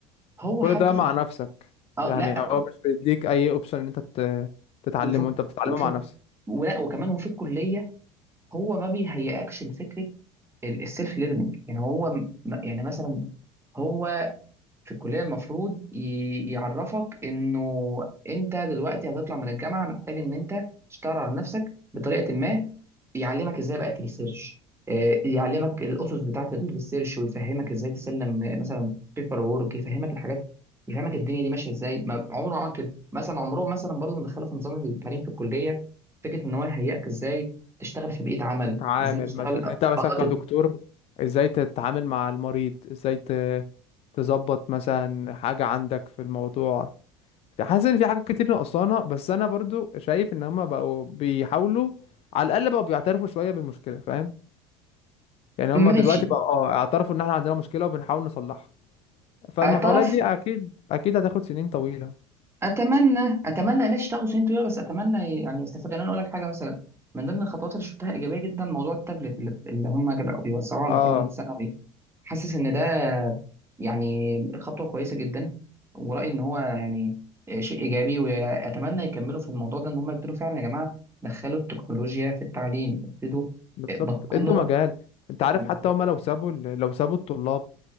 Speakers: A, on the right; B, on the left.
A: هو
B: وكل
A: حتى
B: ده مع
A: في
B: نفسك
A: اه
B: يعني
A: لا
B: هو مش بيديك اي اوبشن ان انت تت- تتعلمه
A: وفي
B: انت بتتعلمه
A: وفي
B: مع نفسك
A: ولا وكمان وفي الكليه هو ما بيهيئكش لفكره السيلف ليرنينج يعني هو م- يعني مثلا هو في الكلية المفروض ي- يعرفك انه انت دلوقتي هتطلع من الجامعة محتاج ان انت تشتغل على نفسك بطريقة ما يعلمك ازاي بقى تريسيرش آه، يعلمك الاسس بتاعة الريسيرش ويفهمك ازاي تسلم آه، مثلا بيبر وورك يفهمك الحاجات يفهمك الدنيا دي ماشية ازاي ما عمره ما عمل كده مثلا عمرهم مثلا برضه ما دخلوا في نظام التعليم في الكلية فكرة ان هو يهيئك ازاي تشتغل في بيئة عمل
B: تتعامل
A: ازاي تشتغل
B: مثلا
A: آه،
B: انت مثلا
A: آه،
B: كدكتور
A: تت-
B: ازاي تتعامل مع المريض ازاي ت- تظبط مثلا حاجة عندك في الموضوع حاسس ان في حاجات كتير نقصانة بس انا برضو شايف ان هما بقوا بيحاولوا على الاقل بقوا بيعترفوا شوية بالمشكلة فاهم يعني
A: ماشي
B: هما دلوقتي بقوا اه اعترفوا ان احنا عندنا مشكلة وبنحاول نصلحها فالمحاولات
A: اعترف
B: دي اكيد اكيد هتاخد سنين طويلة
A: اتمنى اتمنى ماشي تاخد سنين طويله بس اتمنى يعني يستفاد يعني انا اقول لك حاجه مثلا من ضمن الخطوات اللي شفتها ايجابيه جدا موضوع التابلت اللي, اللي هم بقوا بيوزعوه على
B: اه
A: طلبه الثانوي حاسس ان ده يعني خطوه كويسه جدا ورايي ان هو يعني شيء ايجابي واتمنى يكملوا في الموضوع ده ان هم يبتدوا فعلا يا جماعه دخلوا التكنولوجيا في التعليم ابتدوا
B: بالظبط
A: بطلوا
B: ادوا مجال انت عارف
A: آه،
B: حتى هما لو سابوا ال- لو سابوا الطلاب